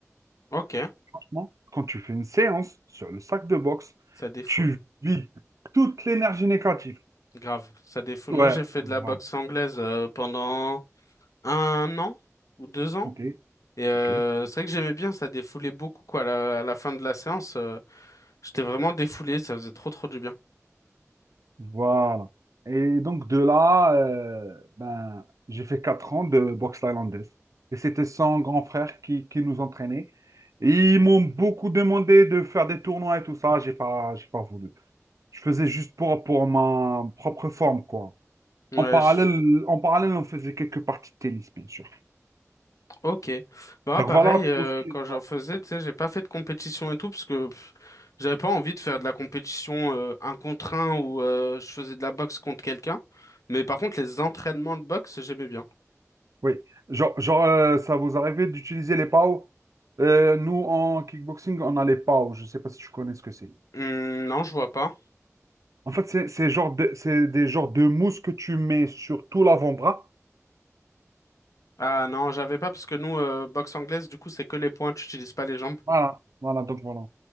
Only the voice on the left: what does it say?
Ok,
ça défoule.
Grave, ça défoule.
Moi, j'ai fait
de la boxe anglaise euh, pendant un an ou deux ans.
Et euh,
c'est vrai que j'aimais bien, ça défoulait beaucoup, quoi. À la, à la fin de la séance, euh, j'étais vraiment défoulé, ça faisait trop, trop du bien.
Ouais,
je-
Ok. Bah
pareil,
euh,
quand
j'en faisais, tu sais, j'ai pas fait de compétition et tout parce que pff, j'avais pas envie de faire de la compétition euh, un contre un où euh, je faisais de la boxe contre quelqu'un. Mais par contre, les entraînements de boxe, j'aimais bien.
Hum, non, je vois pas.
Ah non, j'avais pas parce que nous, euh, boxe anglaise, du coup, c'est que les points, tu utilises pas les jambes.